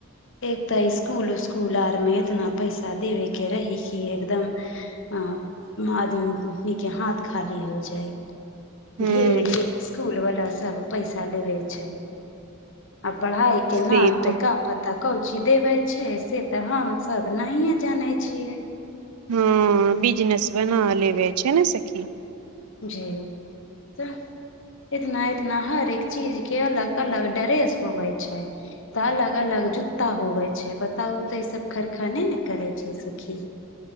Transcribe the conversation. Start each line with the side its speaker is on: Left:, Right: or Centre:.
Left: एक तऽ स्कूल उस्कुल आर मे इतना पैसा देवे के रही की एकदम अ मादमी के हाथ खाली हो जाइ
Right: हँ
Left: ढ़ेर ढेर इसकुल वाला सब पैसा लेबे छै आ पढ़ाइ के
Right: से
Left: नाम
Right: तऽ
Left: पर का पता कौ चीज देबै छै से तऽ हमसभ नहिए जानै छियै
Right: हँ बिजनेस बना लेबे छै ने सखी
Left: जी तऽ इतना इतना हरेक चीज के अलग अलग ड्रेस होवै छै तऽ अलग अलग जूता होवे छै बताउ तऽ ई सब खरखने ने करे छै सखी